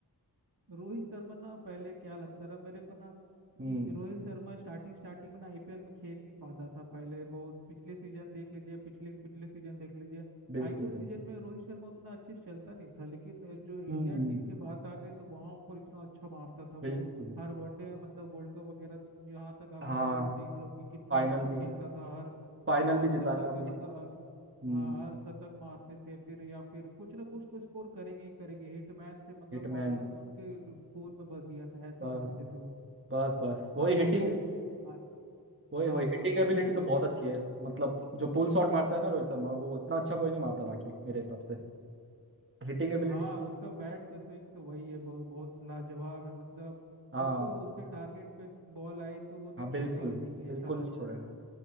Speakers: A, on the right (about 60°); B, on the right (about 30°).
A: रोहित शर्मा ना पहले क्या लगता रहा मेरे को ना
B: हम्म
A: कि रोहित शर्मा स्टार्टिंग स्टार्टिंग में ना आईपीएल में खेल नहीं पाता था पहले बहुत पिछले सीजन देख लीजिए पिछले पिछले सीजन देख लीजिए
B: बिल्कुल
A: आईपीएल
B: बिल्कुल
A: सीजन में रोहित शर्मा उतना अच्छे से चलता नहीं था लेकिन अ, जो इंडियन
B: हम्म
A: टीम के बात आ गई तो वहाँ ऊपर इतना अच्छा मारता था वो
B: बिल्कुल
A: हर वनडे मतलब वर्ल्ड कप वगैरह तो जहाँ तक आप
B: हाँ
A: निकाल के देख लो कि कितना
B: फाइनल
A: अच्छा
B: भी
A: खेलता था हर
B: फाइनल
A: हर
B: भी
A: शतक
B: जिताया अभी
A: अ, मतलब
B: हम्म
A: हाँ हर शतक मारते थे फिर या फिर कुछ ना कुछ तो स्कोर करेंगे ही करेंगे हिटमैन थे मतलब
B: हिटमैन
A: मारना तो उनके र- खून में बस गया था ऐसा
B: बस
A: मारते
B: बस
A: थे वो
B: बस बस
A: बस
B: वही हिटिंग
A: आईपीएल में आ-
B: वही
A: हाँ
B: वही हिटिंग
A: हाँ
B: एबिलिटी
A: बिल्कुल
B: तो बहुत
A: बिल्कुल
B: अच्छी है मतलब जो पुल शॉट मारता है ना रोहित शर्मा वो इतना अच्छा कोई नहीं मारता बाकी मेरे हिसाब से Hitting ability
A: हाँ उसका बैट का स्विंग तो वही है बहु- बहुत लाजवाब है मतलब
B: हाँ
A: उसको उसके टारगेट पे बॉल आई तो वो तो
B: हाँ
A: छोड़ेगा
B: बिल्कुल
A: नहीं
B: बिल्कुल
A: ऐसा लगता
B: नहीं छोड़ेगा
A: है